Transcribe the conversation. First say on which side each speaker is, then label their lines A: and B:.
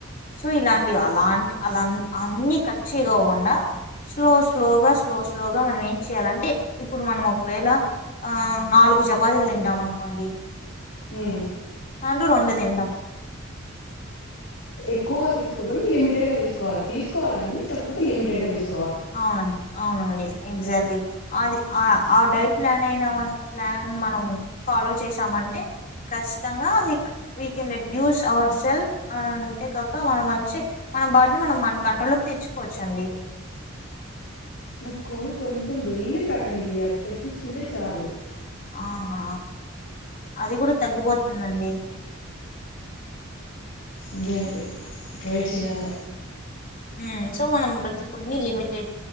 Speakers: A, on the left; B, on the left.
A: సో ఇలాంటివి అలాంటి అలా అన్ని కార్చే కాకుండా స్లో స్లోగా స్లో స్లోగా మనం ఏం చెయాలంటే ఇప్పుడు మనం ఒకవేళ ఆ నాలుగు చపాతీలు తింటాం అనుకోండి
B: హ్మ్
A: అంటే రెండే తింటం
B: ఎక్కువగా తీసుకోకుండా లిమిటెడ్ గా తీసుకోవాలి తీసుకోవాలన్నీ కాకపోతే లిమిటెడ్ గా తీస్
A: అవునండి అవునండి ఎగ్జాక్ట్లీ అది ఆ ఆ డైట్ ప్లాన్ అయిన ప్లాన్ మనం ఫాలో చేసామంటే కచ్చితంగా నిక్ వీకెండ్ <unintelligible> అర్ సెల్ఫ్ అంతేకాక మనం మంచి మన బాడీని మనం మన కంట్రోల్ లో తెచ్చుకోవచ్చండి
B: నా కొవ్వు కొంచం బెల్లీఫాట్ అండి అది తగ్గించుకుంటే చాలు
A: ఆహా అది కూడా తగ్గిపోతుందండి
B: అదే అదే ట్రై చేయాల
A: హ్మ్ సో మనం ప్రతి ఫుడ్ న్ని లిమిటెడ్